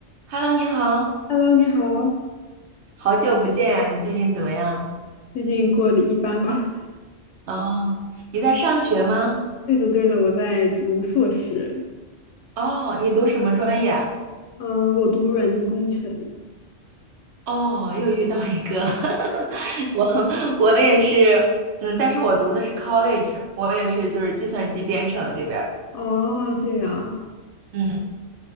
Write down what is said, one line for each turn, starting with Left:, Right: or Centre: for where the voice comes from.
Right: Hello，你好，
Left: Hello，你好，
Right: 好久不见呀，你最近怎么样？
Left: 最近过得一般吧？
Right: 哦，你在上学吗？
Left: <laughs> 对的，对的，我在读硕士，
Right: 哦，你读什么专业啊？
Left: 嗯，我读软件工程。
Right: 哦，又遇到一个，<laughs> 我我也是，嗯，但是我读的是 college，我也是就是计算机编程这边儿。
Left: 哦，这样，
Right: 嗯，